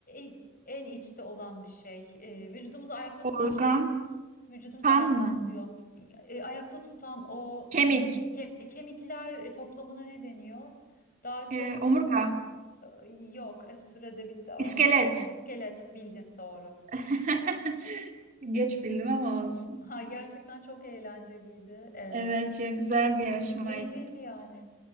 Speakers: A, on the left (about 45°); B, on the right (about 40°).
A: e- en içte olan bir şey. E, vücudumuzu ayakta
B: Organ,
A: tutan şey nedir? Vücudumuzu
B: kan
A: ayakta
B: mı?
A: tutuyor. E, ayakta tutan o
B: Kemik,
A: mm, kem- e, kemikler e, toplamına ne deniyor? Daha çok
B: e, omurga,
A: ee, Yok, e, sürede bitti. Aa,
B: iskelet.
A: İskelet bildin doğru.
B: <laughs> Geç bildim ama olsun.
A: <laughs> Ha, gerçekten çok eğlenceliydi. Ee,
B: Evet, çok güzel bir yarışmaydı.
A: sürükleyiciydi yani.